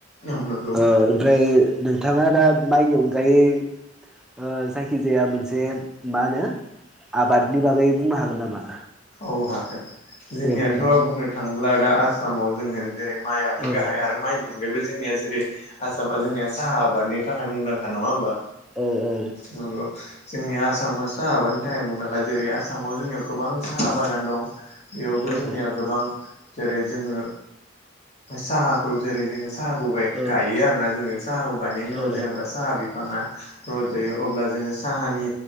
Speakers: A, on the left (about 35°); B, in the centre.
A: औ नंगौ
B: ओ ओमफ्राय नोंथांङा दा माइनि अनगायै ओ जायखिजाया मोनसे मा होनो आबादनि बागै बुंनो हागोन नामा?
A: औ हागोन। जोंनियाथ'
B: दे बुंलाय
A: बुंनो थांङोब्ला दा आसामाव जोङो जेरै माइयाबो
B: औ
A: गाहाय आरो माइ आवगायबो जोंनिया जेरै आसामा जोंनिया साहा आबादनि थाखाय मुंदांखा नंङा होमबा?
B: औ औ
A: नंगौ। जोंनि आसामा साहा आबादनि थाखाय मुंदांखा जेरै आसामाव जोंनियाव गोबां साहा बागान दं। बेयावबो
B: औ
A: जोंनिया गोबां जेरै जोङो साहाखौ जेरै जोङो साहाखौ गाय
B: औ
A: गायो आरोना जोङो साहाखौ गायनायनि उनाव
B: औ
A: जेनेबा साहा बिफांङा रजायो अब्ला जोङो साहानि